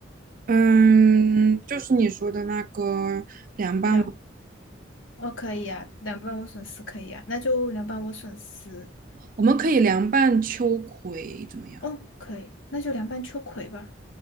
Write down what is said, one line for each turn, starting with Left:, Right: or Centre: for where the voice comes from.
Right: 嗯，就是你说的那个凉拌，
Left: 两，哦，可以啊，凉拌莴笋丝可以啊，那就凉拌莴笋丝，
Right: 我们可以凉拌秋葵怎么样？
Left: 哦，可以，那就凉拌秋葵吧。